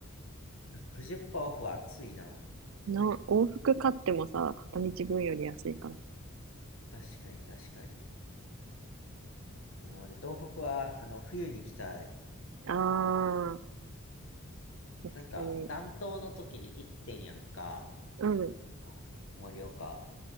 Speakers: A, on the left (about 60°); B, on the right (about 65°).
A: 60%オフは熱いな。
B: な、往復買ってもさ、片道分より安いから。
A: 確かに、確かに。でも俺、東北は、あの、冬に行きたい。
B: ああ、確かに。
A: なんか、暖冬の時に行ってんやんか。
B: うん、
A: あの、盛岡。